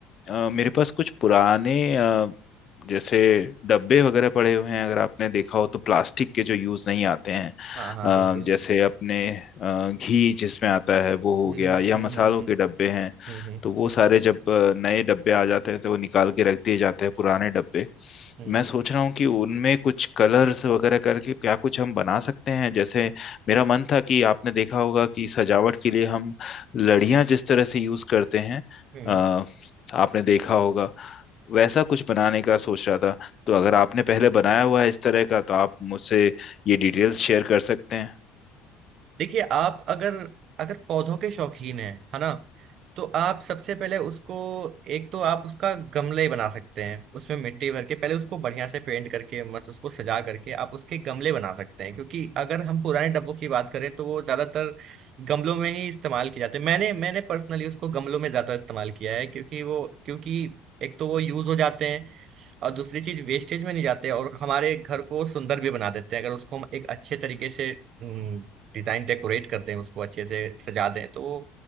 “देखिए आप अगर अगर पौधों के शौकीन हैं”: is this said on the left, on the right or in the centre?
Right